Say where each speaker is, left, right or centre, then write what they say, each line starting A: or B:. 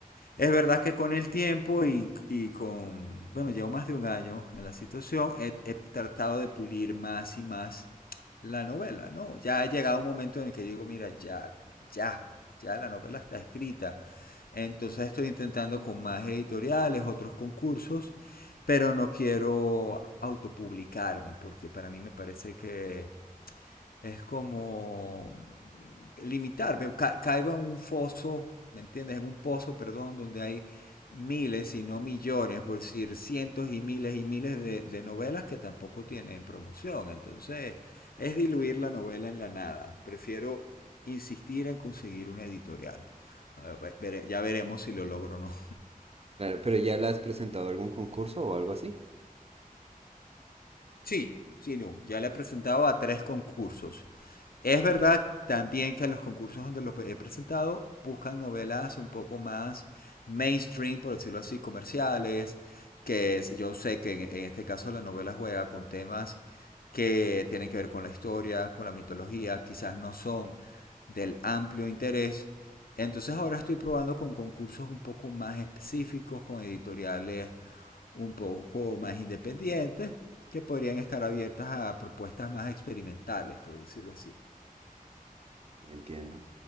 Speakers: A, on the left; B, on the right.
A: es verdad que con el tiempo y, y con, bueno, llevo más de un año en la situación, he, he tratado de pulir más y más la novela, ¿no? Ya ha llegado un momento en el que digo, mira, ya, ya, ya la novela está escrita. Entonces estoy intentando con más editoriales, otros concursos, pero no quiero autopublicarme porque para mí me parece que es como limitarme, ca caigo en un foso, ¿me entiendes? En un pozo, perdón, donde hay miles y no millones, por decir cientos y miles y miles de, de novelas que tampoco tienen promoción. Entonces, es diluir la novela en la nada. Prefiero insistir en conseguir una editorial. Uh, vere, ya veremos si lo logro o no.
B: Claro, pero ¿ya la has presentado a algún concurso o algo así?
A: Sí. Sí, no. Ya le he presentado a tres concursos Es
B: Sí,
A: verdad también que los concursos donde lo he presentado buscan novelas un poco más mainstream, por decirlo así, comerciales, que es, yo sé que en, en este caso la novela juega con temas que tienen que ver con la historia, con la mitología, quizás no son del amplio interés. Entonces ahora estoy probando con concursos un poco más específicos, con editoriales un poco más independientes, que podrían estar abiertas a propuestas más experimentales, por decirlo así.
B: Entiendo.